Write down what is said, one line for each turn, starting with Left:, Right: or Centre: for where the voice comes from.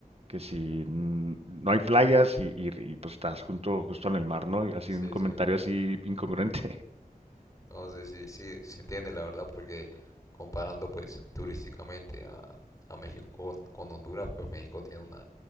Right: que si mm, no hay playas y, y- y, pues estás junto, justo en el mar, ¿no? Y Así
Left: Sí,
Right: un comentario
Left: sí.
Right: así incongruente.
Left: No sé si sí, sí, se entiende la verdad porque comparando pues turísticamente a, a México con, con Honduras, pues México tiene una,